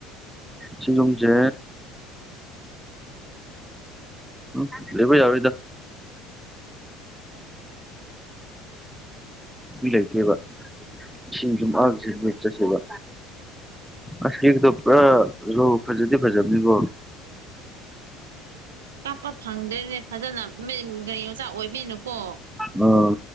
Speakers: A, in the centre; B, on the right.
A: ꯁꯤꯒꯝꯁꯦ ꯎꯝ ꯂꯩꯦꯕ ꯌꯥꯎꯗ ꯂꯩ ꯀꯦꯕ ꯁꯤꯁꯤꯡꯖ ꯑꯁꯤ ꯆꯁꯦꯕ ꯑꯁꯛꯇꯣ ꯄꯨꯔꯥ ꯐꯖꯗꯤ ꯐꯖꯕꯅꯤꯕꯣ
B: ꯀꯥꯞꯄ ꯐꯪꯗ꯭ꯔꯦꯅꯦ ꯐꯖꯅ ꯒꯥꯔꯤ ꯃꯆꯥ ꯑꯣꯏꯕꯤꯅꯨꯀꯣ
A: ꯑꯥ